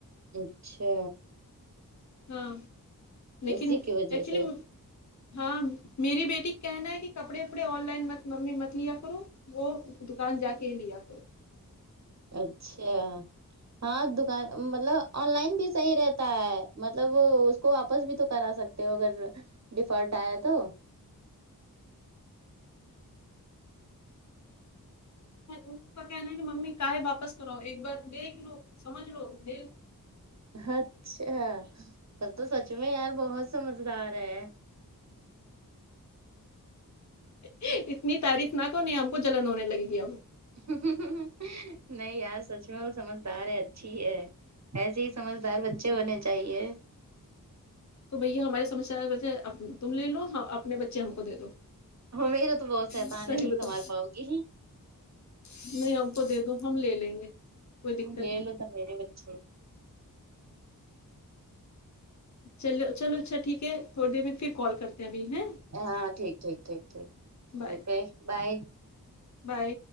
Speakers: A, on the right; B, on the left.
A: اچھا
B: ہاں لیکن
A: اسی کی وجہ
B: ایکچولی
A: سے
B: ہاں میری بیٹی کہنا ہے کہ کپڑے وپڑے آن لائن مت ممی مت لیا کرو وہ دکان جا کے لیا کر
A: اچھا ہاں دکان مطلب آن لائن بھی صحیح رہتا ہے مطلب اس کو واپس بھی تو کرا سکتے ہو اگر ڈیفالٹ آیا تو
B: اس کا کہنا ہے کہ ممی کاائے واپس کراوؤ ایک بار دیکھ لو سمجھ لو لیلو
A: اچھا پر تو سچ میں یار بہت سمجھدار ہے
B: اتنی تعریف نہک ہونی ہم کو جلن ہونے لگے گی اب
A: نہیں یار سچ میں وہ سمجھد ہے اچھی ہے ایسے ہی سمجھدار بچے ہونے چاہیے
B: تو بھیا ہماری سمسیا ویسے تم لے لو اپنے بچے ہم کو دے دو
A: میرا تو بہت سہیتا
B: صحیح
A: نے نہیں
B: بتاؤ
A: سنبھل پاؤ گی
B: نہیں ہم کو دے دوں ہم لے لیں گے کوئی دقت
A: لے
B: نہیں
A: لو تو میرے بچے
B: چلو چلو اچھا ٹھیک ہے تھوڑی دیر میں پھر کال کرتے ہیں ابھی ہیں
A: ہاں ٹھیک ٹھیک ٹھیک ٹھیک
B: بائے
A: روکے بائے
B: بائے